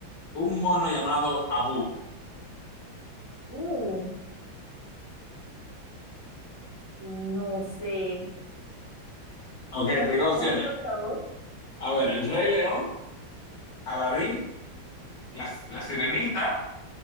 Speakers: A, on the left; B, on the left.
A: un mono llamado Abu?
B: Uh, no sé.
A: Ok,
B: ¿Me das
A: te
B: opciones,
A: digo opciones.
B: por favor?
A: A ver, El Rey León, Aladín, la, la Sirenita